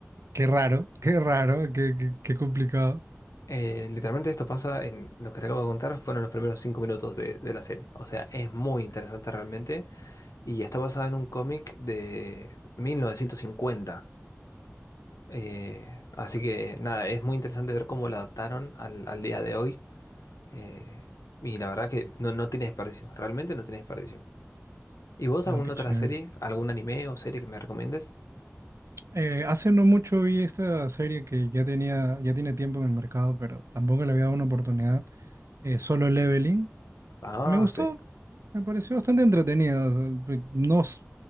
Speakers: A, on the right; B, on the left.
A: qué raro, qué raro, qué, qué, qué complicado.
B: Eh, literalmente esto pasa en lo que te acabo de contar, fueron los primeros cinco minutos de, de la serie. O sea, es muy interesante realmente. Y está basada en un cómic de 1950. Eh, así que nada, es muy interesante ver cómo lo adaptaron al, al día de hoy. eh, y la verdad que no, no tiene desperdicio, realmente no tiene desperdicio. ¿Y vos
A: No,
B: alguna
A: qué chévere.
B: otra serie, algún anime o serie que me recomiendes?
A: Eh, hace no mucho vi esta serie que ya tenía, ya tiene tiempo en el mercado, pero tampoco le había dado una oportunidad. eh, Solo Leveling.
B: Ah,
A: Me gustó,
B: sí.
A: me pareció bastante entretenido. o sea, pe- no s-